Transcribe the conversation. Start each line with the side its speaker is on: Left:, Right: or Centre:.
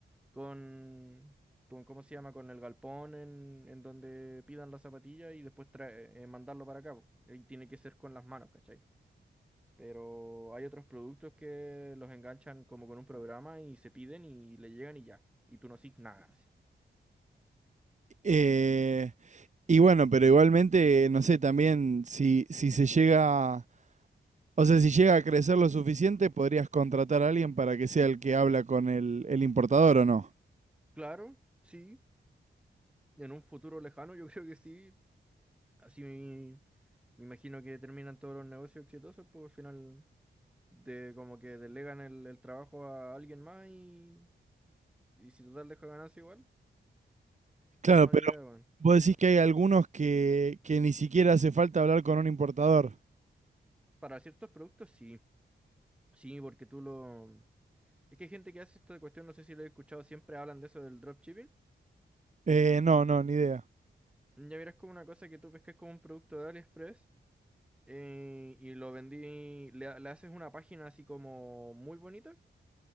Centre: con, con ¿cómo se llama? Con el galpón en, en donde pidan la zapatilla y después trae- eh, mandarlo para acá. po. Y tiene que ser con las manos, ¿cachai? Pero hay otros productos que los enganchan como con un programa y se piden y le llegan y ya. Y tú no haces nada. así.
Right: Eh, y bueno, pero igualmente, no sé, también si, si se llega, o sea, si llega a crecer lo suficiente, podrías contratar a alguien para que sea el que habla con el, el importador o no.
Centre: Claro, sí. En un futuro lejano yo <laughs> creo que sí. Así me, me imagino que terminan todos los negocios exitosos, pues al final de como que delegan el, el trabajo a alguien más y, y si total deja ganancia igual,
Right: Claro,
Centre: no es mala
Right: pero
Centre: idea, weón.
Right: vos decís que hay algunos que, que ni siquiera hace falta hablar con un importador.
Centre: Para ciertos productos sí, sí, porque tú lo... Es que hay gente que hace esta cuestión, no sé si lo he escuchado, siempre hablan de eso del dropshipping.
Right: Eh, no, no, ni idea.
Centre: Ya verás como una cosa que tú pescas como un producto de AliExpress eh, y lo vendí, le, le haces una página así como muy bonita.